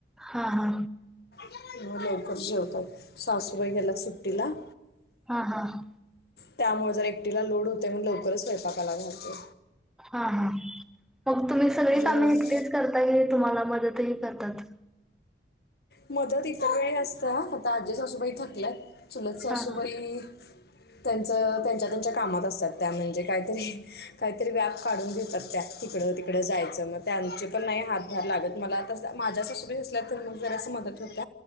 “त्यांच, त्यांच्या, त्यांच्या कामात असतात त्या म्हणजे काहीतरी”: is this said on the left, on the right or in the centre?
Left